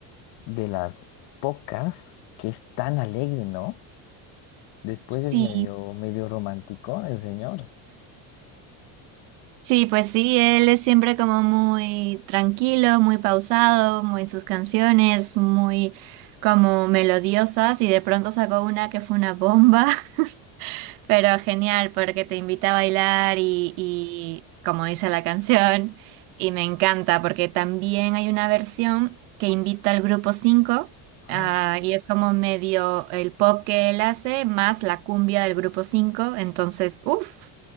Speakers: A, on the left; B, on the right.
A: de las pocas que es tan alegre, ¿no? Después
B: Sí.
A: es medio, medio romántico el señor.
B: Sí, pues sí, él es siempre como muy tranquilo, muy pausado, muy en sus canciones, muy como melodiosas y de pronto sacó una que fue una bomba, <laughs> pero genial porque te invita a bailar y, y como dice la canción y me encanta porque también hay una versión que invita al grupo cinco
A: Ah.
B: ah, y es como medio el pop que él hace más la cumbia del grupo 5. entonces, uff,